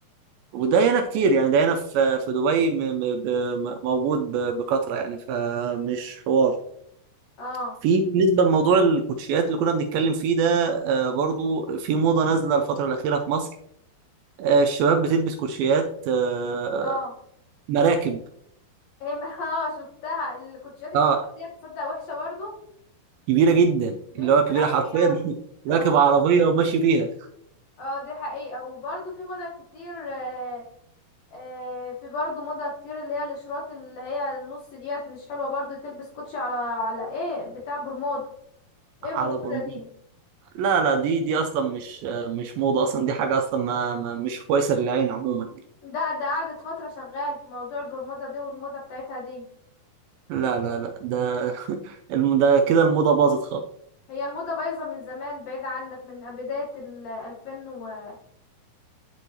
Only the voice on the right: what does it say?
وده هنا كتير يعني ده هنا في في دبي م- م- ب- م- موجود ب- بكثرة يعني فمش حوار
في بالنسبة لموضوع الكوتشيات اللي كنا بنتكلم فيه ده آه، برضو في موضة نازلة الفترة الأخيرة في مصر آه، الشباب بتلبس كوتشيات آه،
مراكب
اه
كبيره جدا
اللي هو كبيره
حرفيا
<laughs>
راكب عربيه وماشي بيها
على برمجه
لا لا دي دي اصلا مش مش موضه اصلا دي حاجه اصلا ما ما- مش كويسه للعين عموما
لا لا لا ده <laughs> الم- ده كده الموضه باظت خالص